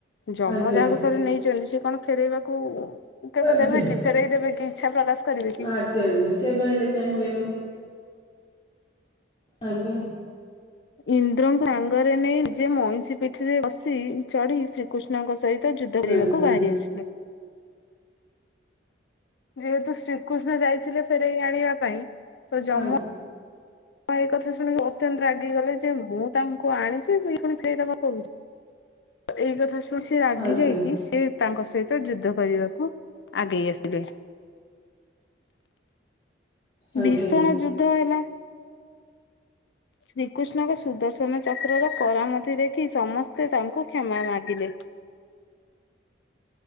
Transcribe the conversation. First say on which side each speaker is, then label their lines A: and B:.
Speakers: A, on the left; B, on the left.
A: ଜମ
B: ଆଜ୍ଞା
A: ଯାହାକୁ ଥରେ ନେଇଛନ୍ତି ସେ କ'ଣ ଫେରେଇବାକୁ କେବେ
B: ଆଜ୍ଞା
A: ଦେବେ କି ଫେରଇ ଦେବେ କି ଇଛା ପ୍ରକାଶ କରିବେ କି?
B: ଆଜ୍ଞା ଆଜ୍ଞା କେବେ ହେଲେ ଚାହିଁବେନି ଆଜ୍ଞା।
A: ଇନ୍ଦ୍ରଙ୍କୁ ସାଙ୍ଗରେ ନେଇ ନିଜେ ମଇଁଷି ପିଠିରେ ବସି ଚଢି ଶ୍ରୀକୃଷ୍ଣଙ୍କ ସହି ତ ଯୁଦ୍ଧ କରିବାକୁ
B: ଆଜ୍ଞା
A: ବାହାରି ଆସିଲେ। ଯେହେତୁ ଶ୍ରୀକୃଷ୍ଣ ଯାଇଥିଲେ ଫେରାଇ ଆଣିବା ପାଇଁ ତ ଯମ
B: ଆଜ୍ଞା
A: ହଁ, ଏ କଥା ଶୁଣିବ। ଅତ୍ୟନ୍ତ ରାଗିଗଲେ ଯେ ମୁଁ ତାଙ୍କୁ ଆଣିଛି ଇଏ ଫୁଣି ଫେରେଇଦବା କହୁଛି ଏଇ କଥା ତ ସିଏ ରାଗି
B: ଆଜ୍ଞା
A: ଯାଇକି ସିଏ ତାଙ୍କ ସହିତ ଯୁଦ୍ଧ କରିବାକୁ ଆଗେଇ ଆସିଲେ।
B: ଆଜ୍ଞା ଆଜ୍ଞା
A: ଭୀଷଣ ଯୁଦ୍ଧ ହେଲା।
B: <inaudible>
A: ଶ୍ରୀକୃଷ୍ଣଙ୍କ ସୁଦର୍ଶନ ଚକ୍ରର କରାମତି ଦେଖି ସମସ୍ତେ ତାଙ୍କୁ କ୍ଷମା ମାଗିଲେ। <inaudible>
B: <inaudible>